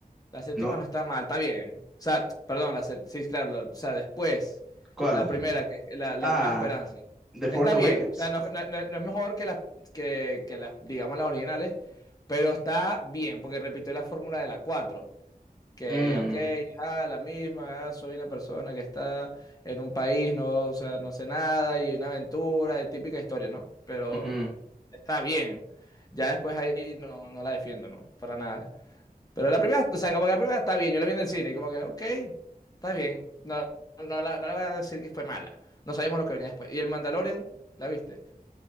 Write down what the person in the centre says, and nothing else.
no,
¿cuál?
Ah,
The Force
Awakens.
Mm,
ujú.